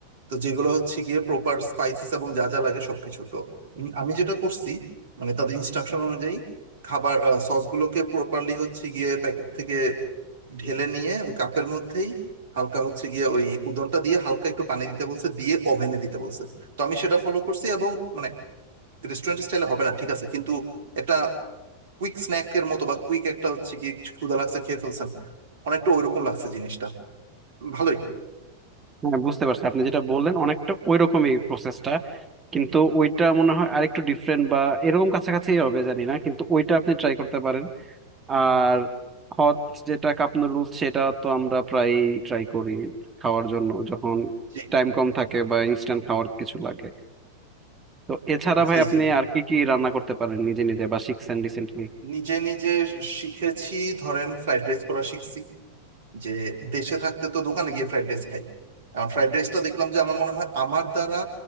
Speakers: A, on the right; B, on the right.
A: তো যেগুলো হচ্ছে গিয়ে প্রপার স্পাইসেস এবং যা যা লাগে সবকিছু তো উম, আমি যেটা করছি মানে তাদের ইনস্ট্রাকশন অনুযায়ী খাবার সসগুলোকে প্রপারলি হচ্ছে গিয়ে প্যাকেট থেকে ঢেলে নিয়ে ওই কাপের মধ্যেই হালকা হচ্ছে গিয়ে ওই উদনটা দিয়ে হালকা একটু পানি দিতে বলছে দিয়ে ওভেনে দিতে বলছে তো আমি সেটা ফলো করছি এবং মানে রেস্টুরেন্ট স্টাইলে হবে না ঠিক আছে কিন্তু একটা কুইক স্ন্যাক এর মতো বা কুইক একটা হচ্ছে গিয়ে কিছু ক্ষুধা লাগছে খেয়ে ফেলছেন অনেকটা ওইরকম লাগছে জিনিসটা ভালোই
B: হ্যাঁ বুঝতে পারছি আপনি যেটা বললেন অনেকটা ওইরকমই প্রসেসটা কিন্তু ওইটা মনে হয় আরেকটু ডিফারেন্ট বা এরকম কাছাকাছি হবে জানি না কিন্তু ওইটা আপনি ট্রাই করতে পারেন আর হট যেটা কাপ নুডলস সেটা তো আমরা প্রায় ট্রাই করি খাওয়ার জন্য যখন
A: জি
B: টাইম কম থাকে বা ইনস্ট্যান্ট খাওয়ার কিছু লাগে তো এছাড়া
A: জি
B: ভাই আপনি
A: জি
B: আর কি কি রান্না করতে পারেন নিজে নিজে বা শিখছেন রিসেন্টলি
A: নিজে নিজে শিখেছি ধরেন ফ্রাইড রাইস করা শিখছি যে দেশে থাকতে তো দোকানে গিয়ে ফ্রাইড রাইস খাই এখন ফ্রাইড রাইসটা দেখলাম যে আমার মনে হয় আমার দ্বারা